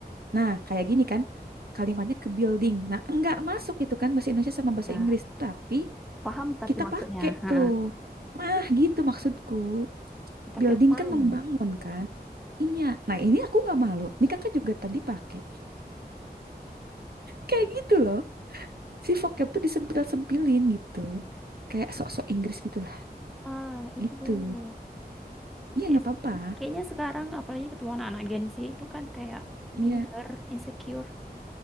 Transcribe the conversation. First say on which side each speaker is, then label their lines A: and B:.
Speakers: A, on the right; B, in the centre.
A: Nah, kayak gini kan, kalimatnya ke building. Nah, enggak masuk itu kan bahasa Indonesia sama bahasa
B: Ya,
A: Inggris, tapi
B: paham tapi
A: kita
B: maksudnya.
A: pakai
B: Ha,
A: tuh. Nah, gitu maksudku.
B: tapi
A: Building
B: aku malu.
A: kan membangun kan? Iya. Nah, ini aku nggak malu. Ini kakak juga tadi pakai. Kayak gitu loh. Si vocab tuh disempil-sempilin gitu. Kayak sok-sok Inggris gitulah.
B: Ah, itu
A: Gitu.
B: dulu.
A: Iya,
B: Kayak,
A: nggak apa-apa.
B: kayaknya sekarang apalagi ketemu anak-anak Gen Z itu kan kayak
A: Iya.
B: minder, insecure.